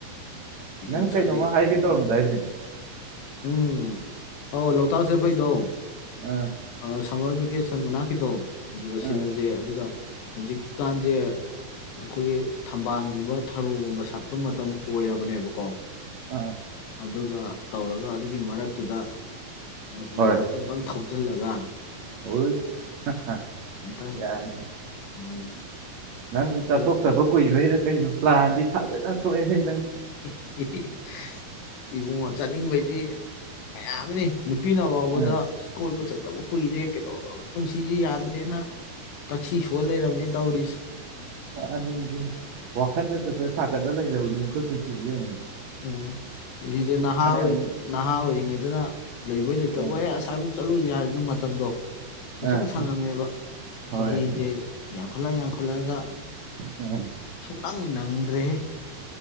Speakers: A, on the left; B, on the right.
A: ꯒ꯭ꯌꯥꯟ
B: ꯅꯪ ꯀꯩꯩꯅꫭꯝꯃ
A: ꯇꯥꯗꯦ
B: ꯍꯥꯏꯒꯦ ꯇꯧꯔꯝ ꯗꯥꯏꯅꯦ
A: ꯎꯝ ꯑꯥꯎ ꯂꯣꯛꯇꯥꯠ ꯆꯠꯄꯩꯗꫭ
B: ꯑꯥ
A: ꯑ ꯁꯝꯃ꯭ꯔꯥ ꯕꯤꯀꯦꯁꯟ ꯃꯅꯥꯛꯀꯤꯗꯣ ꯑꯗꯨꯗ ꯁꯤꯜꯂꯁꯦ
B: ꯑꯥ
A: ꯑꯗꯨꯒ ꯍꯧꯖꯤꯛꯀꯥꯟꯖꯦ ꯑꯩꯈꯣꯏꯒꯤ ꯊꯝꯕꯥꯜ ꯒꯨꯝꯕ ꯊꯔꯣꯒꯨꯝꯕ ꯁꯠꯄ ꯃꯇꯝ ꯑꯣꯏꯔꯕꯅꯦꯕꯀꯣ
B: ꯑꯥ
A: ꯑꯗꯨꯒ ꯇꯧꯔꯒ ꯑꯗꯨꯒꯤ ꯃꯔꯛꯇꯨꯗ ꯍꯤꯒꯗꫭ
B: ꯍꯣꯏ
A: ꯑꯝꯇꯪ ꯊꯧ ꯖꯜꯂꯒ
B: <unintelligible>
A: ꯑꯝꯇꯪ
B: ꯌꯥꯏ
A: ꯎꯝ
B: ꯅꯪꯖꯨ ꯆꯥꯠꯊꯣꯛꯇꯕ
A: ꯑꯗꯨꯒ
B: ꯀꯨꯏꯕꯩꯔ ꯀꯩꯅꯣ ꯄ꯭ꯂꯥꯟꯗꯤ ꯐꯖꯅ ꯊꯣꯛꯑꯦ ꯍꯩ
A: <unintelligible> ꯏꯕꯨꯨꯉꫭ ꯆꯠꯅꯤꯡꯕꯗꯤ ꯃꯌꯥꯝꯅꯤ ꯅꯨꯄꯤꯅ ꯐꯥꯎꯕꯗ
B: ꯑꯥ
A: ꯀꯣꯏꯕ ꯆꯠꯇꯕ ꯀꯨꯏꯔꯦ ꯀꯩꯗꯧ ꯄꯨꯟꯁꯤꯖꯤ ꯌꯥꯗꯔꯦꯅ ꯇꯛꯁꯤ ꯁꯣꯟ ꯂꯩꯔꯕꯅꯤ ꯇꯧꯔꯤꯁꯤ
B: ꯑꯅꯤ ꯋꯥꯈꯟꯗ ꯆꯠꯊ ꯁꯥꯒꯠꯂ ꯂꯩꯔꯕꯅꯤ ꯑꯩꯈꯣꯏ ꯄꯨꯟꯁꯤꯁꯦ ꯌꯦꯡꯉꫭꯅꯦ
A: ꯎꯝ ꯄꯨꯟꯖꯤꯁꯦ ꯅꯍꯥ
B: ꯑꯃꯨꯛ
A: ꯅꯍꯥ ꯑꯣꯏꯔꯤꯉꯩꯗꯅ ꯂꯩꯕꯣꯏ ꯂꯩꯇꯕ
B: ꯑꯥ
A: ꯑꯦ ꯉꯁꯥꯏꯃꯨꯛ ꯆꯠꯂꯨꯁꯤ ꯍꯥꯏ ꯑꯗꯨ ꯃꯇꯝꯗꫭ ꯎꯁꯪ
B: ꯑꯥ
A: ꯁꯪꯉꯝꯃꯦꯕ
B: ꯍꯣꯏ
A: ꯆꯍꯤꯁꯦ ꯌꯥꯝꯈꯠꯂ ꯌꯥꯝꯈꯠꯂꯛꯒ
B: ꯎꯝ
A: ꯁꯨꯡꯅꯪ ꯅꯪꯗ꯭ꯔꯦꯌꯦ